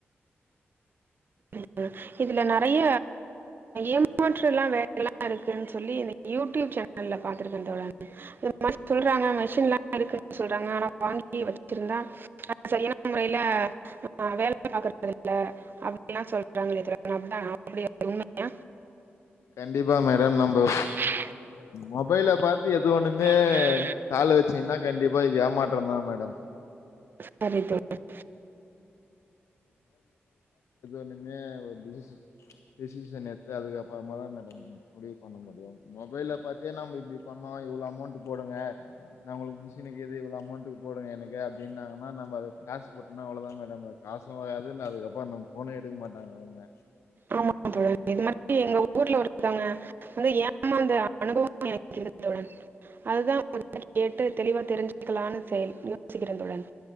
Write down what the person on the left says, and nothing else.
கண்டிப்பா மேடம் நம்ம
மொபைல பாத்து எது ஒண்ணுமே
கால வச்சீங்கன்னா கண்டிப்பா இது ஏமாற்றம் தான் மேடம்
<unintelligible> டிசிஷன் எத்து அதுக்கப்புறமா தான் மேடம் முடிவு பண்ண முடியும் மொபைல்ல பாத்தே நம்ம இப்படி பண்ணோ இவ்ளோ அமௌன்ட் போடுங்க நான் உங்களுக்கு மிஷின் இருக்குதே இவ்வளவு அமௌன்ட் போடுங்க எனக்கு அப்டினாங்கனா நம்ம காசு போட்டா அவ்ளோ தான் மேடம் நம்ம காசம் வராது அதுக்கப்புறம் நம்ம ஃபோனே எடுக்க மாட்டாங்க அவுங்க